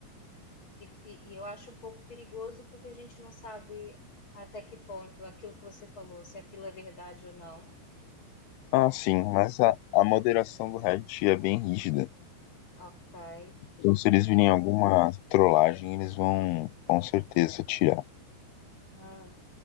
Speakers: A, on the left; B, on the left.
A: e, e- e eu acho um pouco perigoso porque a gente não sabe até que ponto aquilo que você falou, se aquilo é verdade ou não.
B: Ah, sim, mas a, a moderação do Reddit é bem rígida.
A: Ok.
B: Então, se
A: E,
B: eles virem
A: e-
B: alguma trollagem, eles vão com certeza tirar.
A: hum.